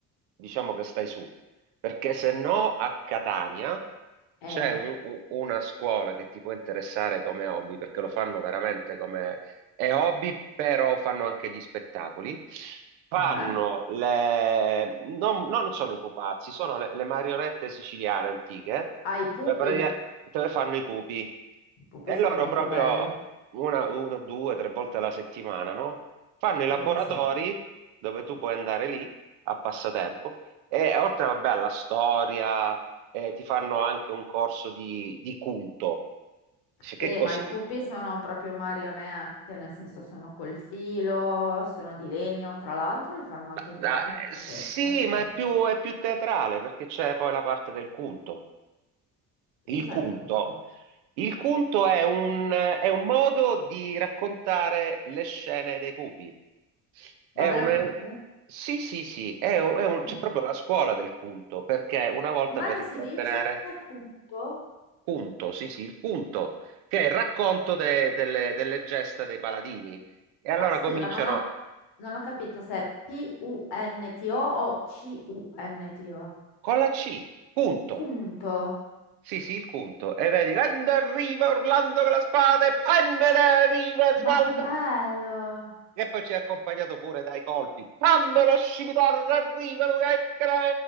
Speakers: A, on the right; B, on the left.
A: diciamo che stai su, perché se no a Catania
B: Eh,
A: c'è un- u- una scuola che ti può interessare come hobby, perché lo fanno veramente come è hobby, però fanno anche gli spettacoli. Fanno
B: eh?
A: le... Non, non sono i pupazzi, sono le, le marionette siciliane antiche,
B: Ah, i pupi.
A: dove, pratica- dove fanno i pupi.
B: I pupi
A: E
B: sono
A: loro
B: molto
A: proprio
B: belli.
A: una, una, due, tre volte alla settimana, no? fanno
B: E
A: i laboratori
B: quelli sono...
A: dove tu puoi andare lì a passatempo e oltre, vabbè, alla storia, eh, ti fanno anche un corso di, di Cunto. Dice, che
B: Eh,
A: cosa?
B: ma i pupi sono proprio marionette, nel senso sono col filo, sono di legno. Tra l'altro li fanno anche
A: Ma-
B: in
A: ma-
B: cartapesta,
A: eh, sì,
B: sai,
A: ma
B: non
A: è
B: lo
A: più,
B: so.
A: è più teatrale perché c'è poi la parte del Cunto. Il
B: Cos'è
A: Cunto.
B: il culto?
A: Il Cunto è un, è un modo di raccontare le scene dei pupi. È
B: Ma veramente?
A: un, è un- sì, sì, sì, è un- è un- c'è
B: Oh.
A: proprio la scuola del Cunto perché una volta
B: Com'è
A: per
B: che
A: intrattenere.
B: si dice? Culto?
A: Punto, sì, sì, il punto, che è il racconto de- delle, delle gesta dei paladini. E allora
B: Ma scusa,
A: cominciano
B: non ho, non ho capito se è P-U-N-T-O o o C U N T O. C-U-N-T-O.
A: con la C, punto.
B: Punto.
A: Sì, sì, il punto. E vedi, quando arriva Orlando con la spada e pammela arriva Rinaldo.
B: Ma che bello!
A: E poi ci è accompagnato pure dai colpi. Pammela scimitarra arriva lui, eccola,